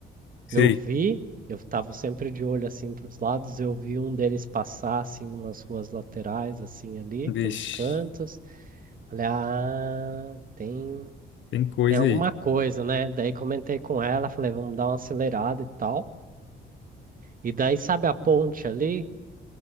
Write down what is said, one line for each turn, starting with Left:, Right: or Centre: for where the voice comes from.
Left: Sei.
Right: eu vi, eu tava sempre de olho assim para os lados, eu vi um deles passar assim numas ruas laterais assim ali,
Left: Vixe,
Right: pelos cantos. Falei: "Ah, tem
Left: tem coisa
Right: tem alguma
Left: aí.
Right: coisa, né?" Daí comentei com ela, falei: "Vamos dar uma acelerada e tal". E daí sabe a ponte ali